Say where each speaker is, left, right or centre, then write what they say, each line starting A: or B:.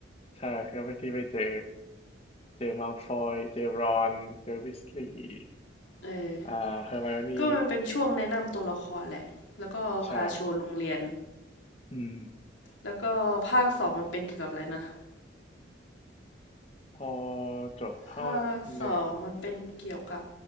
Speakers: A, on the left; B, on the left.
A: ใช่ครับไปที่ไปเจอเจอมัลฟอยเจอรอนเจอวิสลีย์
B: เออ
A: อ่าเฮอร์ไมโอนี่
B: ก็มันเป็นช่วงแนะนำตัวละครแหละแล้วก็พาโชว์โรงเรียน
A: ใช่อืม
B: แล้วก็ภาคสองมันเป็นเกี่ยวกับอะไรนะ
A: พอจบภาคหนึ่ง
B: ภาคสองมันเป็นเกี่ยวกับ